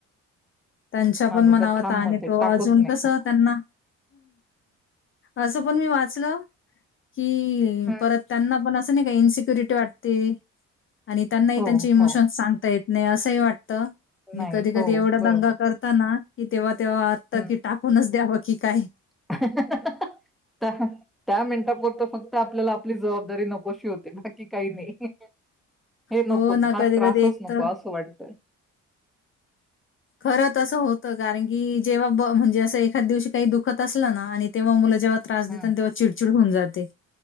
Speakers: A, on the left; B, in the centre.
A: त्यांच्या पण
B: माझं
A: मनावत
B: तर ठाम
A: आणि
B: मत आहे
A: तो
B: टाकूच
A: अजून
B: नाही.
A: कस त्यांना असं पण मी वाचलं की
B: हम्म.
A: परत त्यांना पण असं नाही का इ क्युरिटी वाटते आणि त्यांनाही
B: हो
A: त्यांचे इमोशन्स
B: हो
A: सांगता येत नाही असंही वाट आणि
B: नाही
A: कधी
B: हो
A: कधी एवढा
B: बरोबर
A: दंगा करताना इथे वा तेव्हा आत्ता
B: हम्म
A: की टाकूनच द्या बघ कि काय
B: त्या त्या मिनिटापरत फक्त आपल्याला आपली जबाबदारी नकोशी होते बाकी काही नाही हे
A: हो
B: नकोच
A: ना
B: हा
A: कधी
B: त्रासच
A: कधी एक
B: नको
A: तर
B: असं वाटतय
A: खरत असं होत कारण की जेव्हा म्हणजे असं एखाद दिवशी काही दुखत असलं ना आणि तेव्हा मुलं जेव्हा त्रास द
B: हं,
A: त्यां चिचे होन जाते